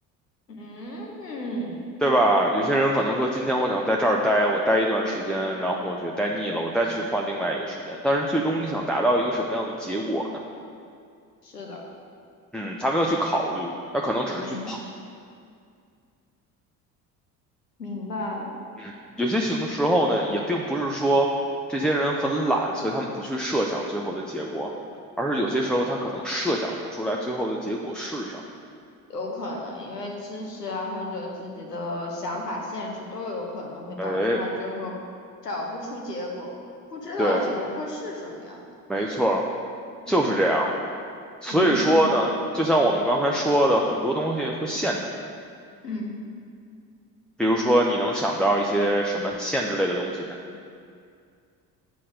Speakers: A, on the left; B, in the centre.
A: 嗯嗯，
B: 对吧？有些人可能说，今天我想在这儿待，我待一段时间，然后我觉得待腻了，我再去换另外一个时间。但是最终你想达到一个什么样的结果呢？
A: 是的，
B: 嗯，他没有去考虑，他可能只是去碰。
A: 嗯，明白了。
B: 嗯，有些情时候呢，也并不是说这些人很懒，所以他们不去设想最后的结果，而是有些时候他可能设想不出来最后的结果是什么。
A: 有可能因为知识啊或者自己的想法限制都有可能会导致他最后找不出结果，
B: 哎，
A: 不知道结果会是什么样的。
B: 对，没错儿，
A: 嗯
B: 就是这样的。所以说呢，
A: 嗯
B: 就像我们刚才说的，很多东西会限制。
A: 嗯，
B: 比如说，你能想到一些什么限制类的东西呢？